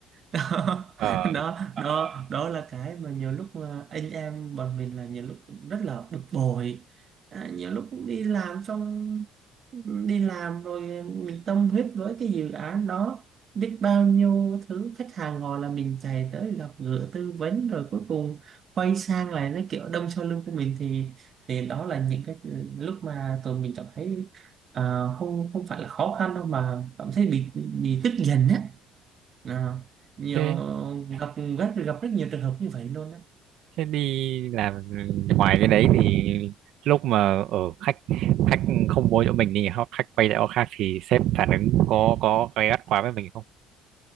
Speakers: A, on the right; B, on the right.
A: <laughs> đó
B: ờ
A: đó Ờ, đó đó là cái mà nhiều lúc mà anh em bọn mình là nhiều lúc rất là bực bội à, nhiều lúc cũng đi làm xong đi làm rồi mình tâm huyết với cái dự án đó biết bao nhiêu thứ khách hàng gọi là mình chạy tới gặp gỡ tư vấn rồi cuối cùng quay sang lại nó kiểu đâm sau lưng của mình thì thì đó là những cái lúc mà tụi mình cảm thấy à, không không phải là khó khăn đâu mà cảm thấy bị bị tức giận á Ờ, nhiều
B: thế
A: gặp rất gặp rất nhiều trường hợp như vậy luôn á
B: Thế đi làm ngoài cái đấy thì lúc mà ở khách khách không bố chỗ mình thì họ khách quay lại chỗ khác thì sếp phản ứng có có gay gắt quá với mình không?